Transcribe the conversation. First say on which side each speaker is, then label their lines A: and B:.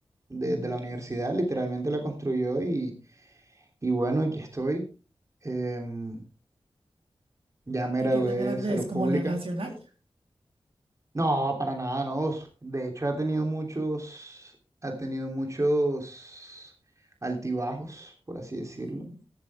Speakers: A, on the right; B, on the right.
A: De,
B: Mm.
A: de la universidad, literalmente la construyó y, y bueno, aquí estoy. Em, ya me
B: ¿Y
A: gradué
B: qué tan
A: de
B: grande
A: salud
B: es como
A: pública.
B: la nacional?
A: No, para nada, no. De hecho, ha tenido muchos, ha tenido muchos altibajos, por así decirlo,
B: Ujú.